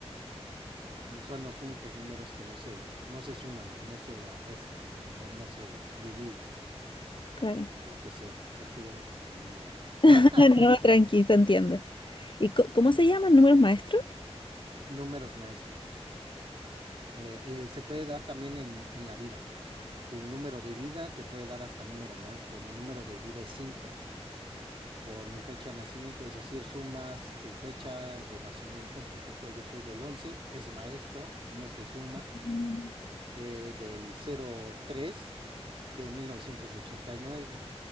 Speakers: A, on the right; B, on the left.
A: Esos Son los únicos números que no se, no se suman o no se restan, no, no, no se dividen
B: claro.
A: o lo que sea. Creo que ya me confundí yo allí.
B: <laughs>
A: <laughs>
B: No, tranqui, se entiende. ¿Y co- cómo se llaman números maestros?
A: Números maestros. Eh, eh, se puede dar también en, en la vida. Tu número de vida te puede dar hasta número maestro. Mi número de vida es 5 por mi fecha de nacimiento, es decir, sumas tu fecha de nacimiento. Por ejemplo, yo soy del once es maestro, no se suma,
B: Mm.
A: eh, del cero tres de mil novecientos ochenta y nueve